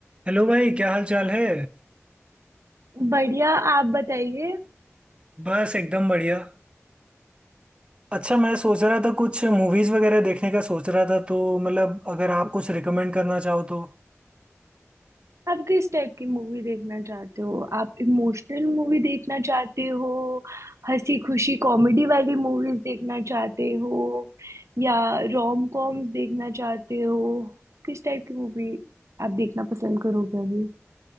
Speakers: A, on the right; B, on the right.
A: Hello भाई क्या हाल चाल है
B: बढ़िया आप बताइए
A: बस एकदम बढ़िया अच्छा मैं सोच रहा था कुछ मूवीज वगैरह देखने का सोच रहा था तो मतलब अगर आप कुछ रिकमेंड करना चाहो तो
B: आप किस टाइप की मूवी देखना चाहते हो आप इमोशनल मूवी देखना चाहते हो हंसी खुशी कॉमेडी वाली मूवीज देखना चाहते हो या रोम कॉम्स देखना चाहते हो किस टाइप की मूवी आप देखना पसंद करोगे अभी